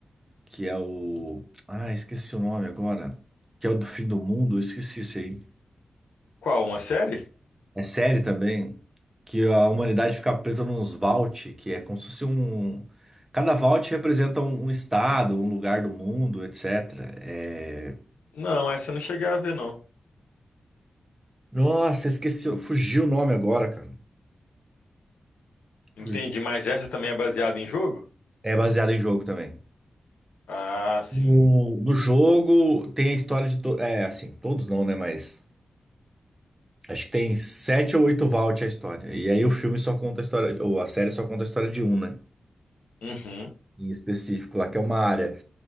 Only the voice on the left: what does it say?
Qual, uma série?
Não, essa eu não cheguei a ver, não.
Entendi,
mas essa também é baseada em jogo?
Ah, sim.
Uhum.